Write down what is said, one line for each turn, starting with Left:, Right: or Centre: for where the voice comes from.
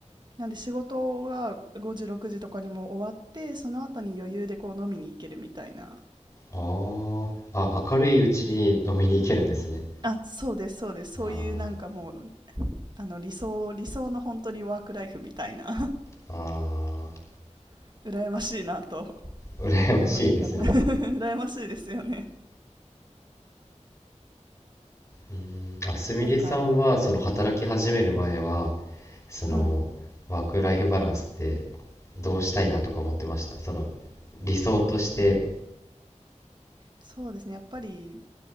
Right: なんで仕事が5時6時とかにも終わってその後に余裕でこう飲みに行けるみたいな
Left: ああ、あ、明るいうちに飲みに行けるんですね。
Right: あそうですそうですそういうなんかもう
Left: あ
Right: あの理想理想の本当にワークライフみたいな
Left: あ、あ
Right: <laughs> 羨ましいなと
Left: あ、羨ましいですね。
Right: 思いながら <laughs> 羨ましいですよね
Left: うーん、あ、すみれさんは、
Right: なんか
Left: その働き始める前は、その、
Right: うん
Left: ワークライフバランスってどうしたいなとか思ってました。その、理想として、
Right: そうですねやっぱり